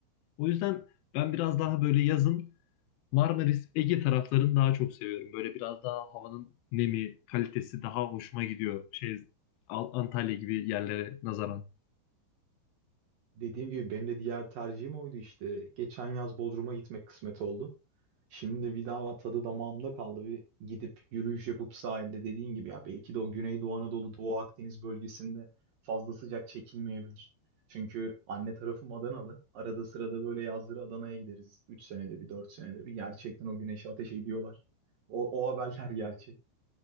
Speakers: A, on the left; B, on the right.
A: O yüzden ben biraz daha böyle yazın Marmaris, Ege taraflarını daha çok seviyorum. Böyle biraz daha havanın nemi, kalitesi daha hoşuma gidiyor. Şey, Al- Antalya gibi yerlere nazaran.
B: Dediğim gibi benim de diğer tercihim oydu işte. Geçen yaz Bodrum'a gitmek kısmet oldu. Şimdi bir daha tadı damağımda kaldı. Bir gidip yürüyüş yapıp sahilde dediğin gibi ya belki de o Güneydoğu Anadolu, Doğu Akdeniz bölgesinde fazla sıcak çekilmeyebilir. Çünkü anne tarafım Adanalı. Arada sırada böyle yazları Adana'ya gideriz. 3 senede bir, 4 senede bir. Gerçekten o güneşi ateş ediyorlar. O, o haberler <laughs> gerçek.